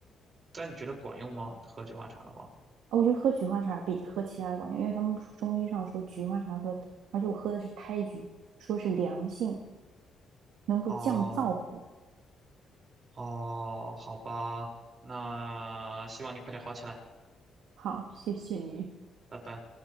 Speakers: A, on the right; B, on the right.
A: 但你觉得管用吗？喝菊花茶的话？
B: 哦我觉得喝菊花茶比喝其他的管用，因为他们说中医上说菊花茶喝，而且我喝的是胎菊，说是凉性，能够降燥火。
A: 哦哦，好吧，那希望你快点好起来，
B: 好，谢谢你。
A: 拜拜。